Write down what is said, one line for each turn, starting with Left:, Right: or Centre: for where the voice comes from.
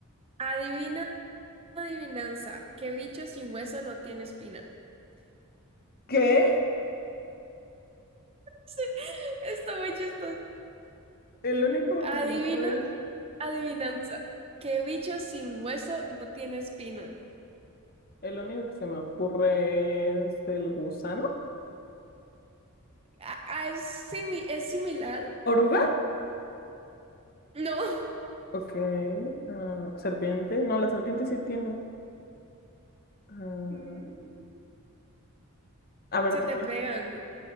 Right: Adivina, adivinanza. ¿Qué bicho sin hueso no tiene espina?
Left: ¿Qué?
Right: <laughs> Sí, está muy chistosa.
Left: El único
Right: adivina
Left: que se me ocurre es...
Right: Adivinanza. ¿Qué bicho sin hueso no tiene espina?
Left: El único que se me ocurre es el gusano.
Right: Ah, ah, es, simi- ¿es similar?
Left: ¿Oruga?
Right: No.
Left: Ok. ah, serpiente. No, la serpiente sí tiene. Ah,
Right: Mm,
Left: a ver
Right: Se
Left: otra
Right: te
Left: vez.
Right: pegan.